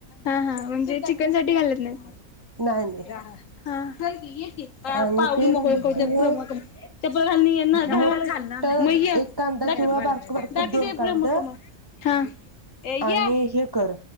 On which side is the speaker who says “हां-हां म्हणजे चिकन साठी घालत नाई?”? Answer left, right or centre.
Left